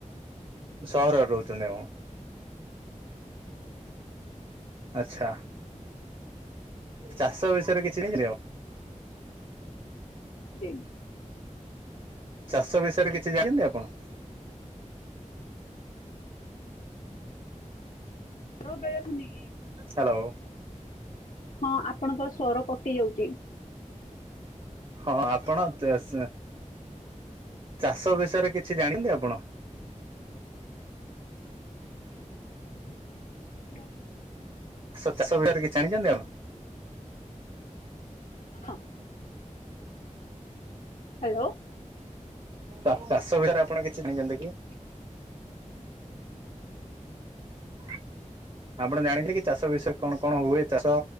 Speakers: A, on the right (about 40°); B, on the left (about 80°).
A: ସହରରେ ରହୁଛନ୍ତି ଆଉଁ। ଆଚ୍ଛା। ଚାଷ ବିଷୟରେ କିଛି <inaudible> ଣିପାରିବ
B: ରି।
A: ଚାଷ ବିଷୟରେ କିଛି ଜାଣିଛନ୍ତି ଆପଣ?
B: ଆରୋ ବେଗୁନି।
A: ହାଲୋ।
B: ହଁ ଆପଣଙ୍କର ସ୍ବର କଟି ଯାଉଛି।
A: ହଁ ଆପଣ ତସ୍ ଚାଷ ବିଷୟରେ କିଛି ଜାଣିଛନ୍ତି ଆପଣ?
B: <inaudible>
A: ଚାଷ ଚାଷ ବିଷୟରେ କିଛି ଜାଣିଛନ୍ତି ଆପଣ?
B: ହଁ। ହାଲୋ।
A: ଚା-ଚାଷ ଭିତରେ ଆପଣ କିଛି ଜାଣିଇଛନ୍ତି କି? <inaudible> ଆପଣ ଜାଣିଥିଲେ କି ଚାଷ ବିଷୟରେ କଣ କଣ ହୁଏ ଚାଷ?